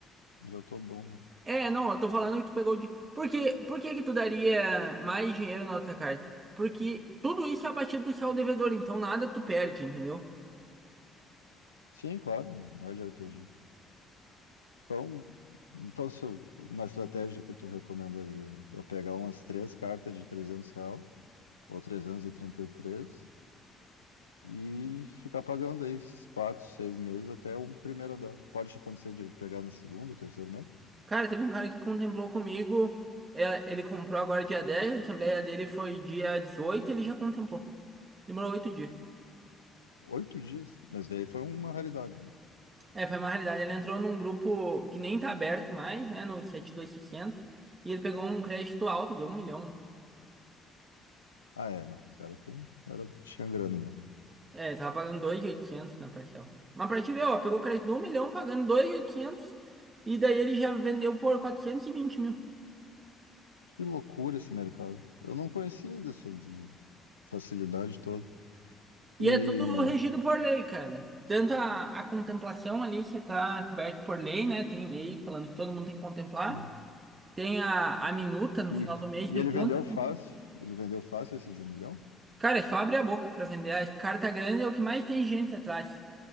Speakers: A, on the left; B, on the right.
A: já tô bom. né?
B: É, não, eu tô falando que tu pegou de. Por que, por que que tu daria mais dinheiro na outra carta? Porque tudo isso é abatido do saldo devedor, então nada tu perde, entendeu?
A: Sim, claro, não é de RPG. Então, então se eu- uma estratégia que tu recomendaria, eu, eu pegar umas três cartas de 300 real, ou 333, e trinta e três, e ficar pagando aí esses quatro, seis meses até a primeira dar. Pode acontecer de pegar na segunda, terceiro mês?
B: Cara, teve um cara que contemplou comigo. é, Ele comprou agora dia 10. a assembleia dele foi dia 18. ele já contemplou. Demorou 8 dias.
A: Oito dias, mas daí foi uma raridade. né?
B: É, foi uma realidade. Ele entrou num grupo que nem tá aberto mais, né? No 7260. E sessenta. E ele pegou um crédito alto, deu um milhão.
A: Ah, é, não. Os caras tem... Era... tinha grana mesmo.
B: É, ele tava pagando 2.800 na parcela. Mas pra te ver, ó, pegou crédito de um milhão, pagando 2.800. E oitocentos. E daí ele já vendeu por 420 mil.
A: Que loucura esse mercado. Eu não conhecia dessa de- facilidade toda.
B: E
A: E...
B: é tudo regido por lei, cara. Tanto a, a contemplação ali, que tá coberto por lei, né? Tem lei falando que todo mundo tem que contemplar.
A: sim.
B: Tem a, a minuta no
A: E...
B: final do mês
A: e
B: de
A: ele
B: quanto.
A: vendeu fácil. Ele vendeu fácil esse de um milhão.
B: Cara, é só abre a boca pra vender. A carta grande é o que mais tem gente atrás.